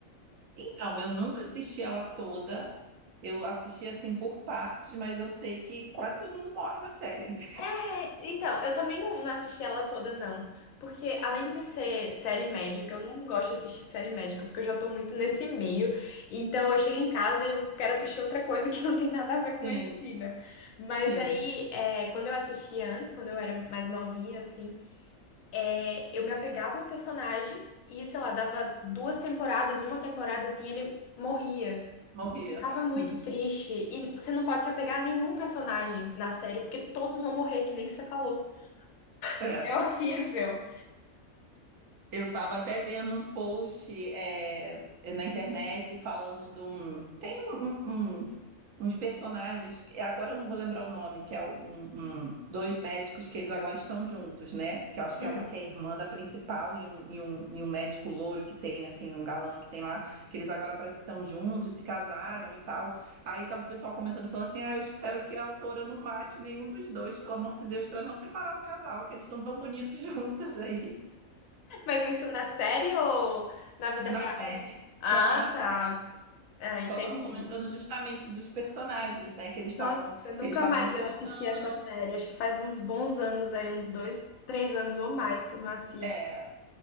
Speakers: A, on the right; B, on the left.
A: então, eu nunca assisti ela toda. Eu assisti assim por partes, mas eu sei que quase todo mundo morre na série, né?
B: É, então, eu também não, não assisti ela toda, não. Porque além de ser série médica, eu não gosto de assistir série médica, porque eu já tô muito nesse meio. Então eu chego em casa e eu quero assistir outra coisa que não tem nada a ver com
A: Sim,
B: medicina. Mas
A: sim,
B: aí, é, quando eu assistia antes, quando eu era mais novinha, assim. É, eu me apegava a um personagem e, sei lá, dava duas temporadas, uma temporada assim, ele morria.
A: morria.
B: Eu ficava
A: <laughs>
B: muito
A: Meu Deus.
B: triste. E você não pode se apegar a nenhum personagem na série, porque todos vão morrer, que nem que você falou. <laughs>
A: É.
B: É horrível.
A: Eu estava até vendo um post é, na internet falando de um. Tem um- um- um- uns personagens, que- agora eu não vou lembrar o nome, que é o- um, um- dois médicos que eles agora estão juntos, né? Que eu acho
B: Hum.
A: que é uma que é irmã da principal e um, e um, e um médico louro que tem, assim, um galã que tem lá, que eles agora parece que estão juntos, se casaram e tal. Aí tava o pessoal comentando, falando assim: ah, eu espero que a autora não mate nenhum dos dois, pelo amor de Deus, para não separar o casal, que eles estão tão bonitos <laughs> juntos aí.
B: Mas isso na série ou na vida
A: Na
B: real?
A: série.
B: Ah,
A: Não, na série.
B: tá. Ah,
A: O pessoal
B: entendi.
A: estava comentando justamente dos personagens, né? Que eles estavam
B: Nossa,
A: que
B: nunca
A: eles estavam
B: mais
A: gostando.
B: eu assisti essa série. Acho que faz uns bons anos aí, uns dois, três anos ou mais que eu não assisto.
A: É,